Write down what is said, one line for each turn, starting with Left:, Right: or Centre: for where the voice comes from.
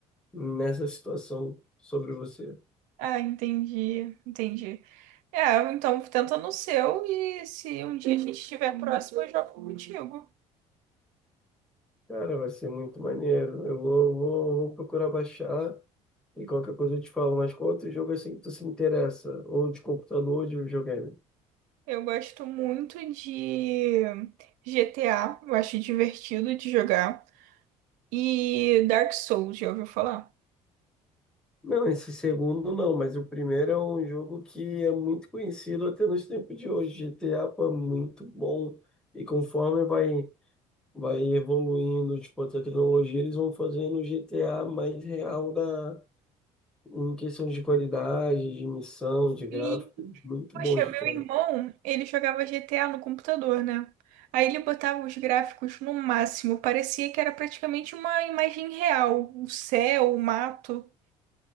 Centre: nessa situação sobre você.
Right: Ah, entendi, entendi. É, então tenta no seu e se um dia a gente estiver próximo, eu jogo contigo.
Centre: Cara, vai ser muito maneiro. Eu vou, vou, vou procurar baixar e qualquer coisa eu te falo. Mas qual outro jogo assim que tu se interessa? Ou de computador ou de videogame?
Right: Eu gosto muito de GTA, eu acho divertido de jogar. E Dark Souls, já ouviu falar?
Centre: Não, esse segundo não, mas o primeiro é um jogo que é muito conhecido até nos tempos de hoje. GTA, pô, é muito bom. E conforme vai, vai evoluindo, tipo, a tecnologia, eles vão fazendo o GTA mais real da, em questão de qualidade, de missão, de gráfico.
Right: E,
Centre: Muito
Right: poxa,
Centre: bom GTA.
Right: meu irmão, ele jogava GTA no computador, né? Aí ele botava os gráficos no máximo, parecia que era praticamente uma imagem real, o céu, o mato.